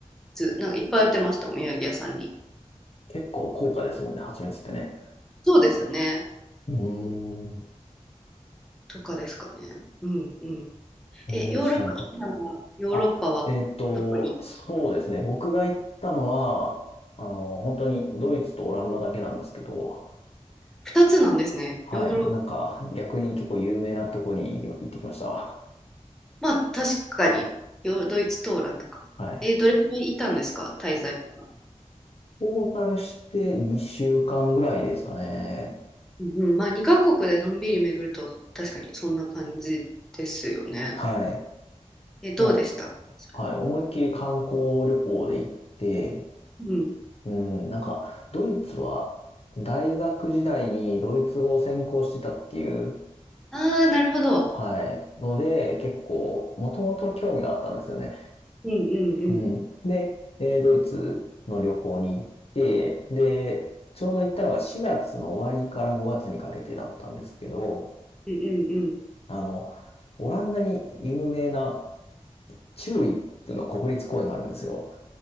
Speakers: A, in the centre; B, on the left.
A: ずなんかいっぱい売ってました、お土産屋さんに。
B: 結構高価ですもんね、蜂蜜ってね。
A: そうですよね。
B: うーん、
A: うんとかですかね。うんうん。
B: 全然知らなかった。
A: え、ヨーロッパ、普段はヨーロッパはどこに
B: あ、えっと、そうですね。僕が行ったのは、あの、本当にドイツとオランダだけなんですけど、
A: ?2 つなんですね。
B: はい。
A: ヨーロッパ。
B: なんか、逆に結構有名なとこに行き行ってきました。
A: まあ確かに、ヨードイツとオランダか。
B: はい。
A: え、どれくらいいたんですか、滞在とか。
B: トータルして2週間ぐらいですかね。
A: うんうん、まあ2カ国でのんびり巡ると確かにそんな感じですよね。
B: はい。
A: え、どうでしたそれ
B: もう、はい。思いっきり観光旅行で行って、
A: うん。
B: うん、なんか、ドイツは大学時代にドイツ語を専攻してたっていう、
A: ああー、なるほど。
B: はい。ので、結構、もともと興味があったんですよね。
A: うんうんうん。
B: うん。で、えードイツの旅行に行って、で、ちょうど行ったのが4月の終わりから5月にかけてだったんですけど、
A: うんうんうん。
B: あの、オランダに有名なチューリップの国立公園があるんですよ。